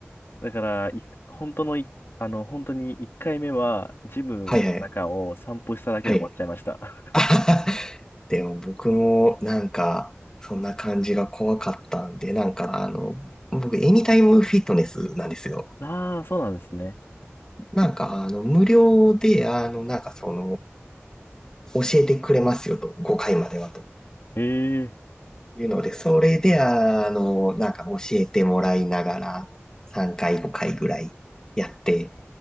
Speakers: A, on the left; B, on the left.
A: だから、い本当のい、あの、本当に1回目はジムの中を散歩しただけで終わっちゃいました。
B: はいはい。はい。<laughs> でも僕もなんか、そんな感じが怖かったんで、なんかあの、僕、エニタイムフィットネスなんですよ。
A: <laughs> ああ、そうなんですね。
B: なんかあの、無料で、あの、なんかその、教えてくれますよと、5回まではと。
A: ええ
B: いうので、それで、あの、なんか教えてもらいながら、3回、5回ぐらいやって、